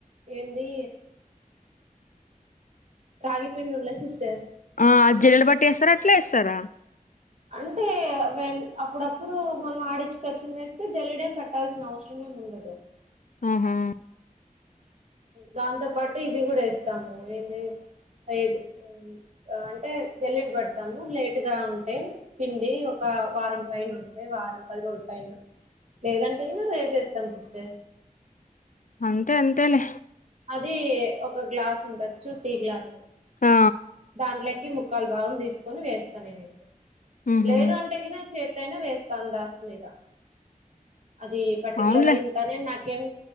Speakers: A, on the right; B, on the left.
A: ఏంది రాగి పిండి ఉండ్లే సిస్టర్
B: ఆ జల్లెడ పట్టి ఏస్తరా అట్లే ఏస్తరా
A: అంటే వెన్ అప్పుడప్పుడు మనం ఆడిచ్చుకొచ్చిందయితే జల్లడేం పట్టాల్సిన అవసరమేం ఉండదు
B: ఆహా
A: దాంతో పాటు ఇది కూడా ఏస్తాము ఏంది అయేది ఆ అంటే జల్లిడ పడతాము లేట్ గా ఉంటే పిండి ఒక వారం పైన ఉంటే వారం పది రోజుల పైన లేదంటే గిన వేసేస్తాం సిస్టర్
B: అంతే అంతేలే
A: అది ఒక గ్లాస్ ఉండొచ్చు టీ గ్లాస్
B: ఆ
A: దాంట్లోకి ముక్కాల్ భాగం తీసుకొని వేస్తా నేనైతే
B: ఊహూ
A: లేదు అంటే గిన చేత్ త్తో అయిన వేస్తా అందాస్ మీద అది పర్టికులర్
B: అవునులే
A: గా ఇన్ తని నాకేం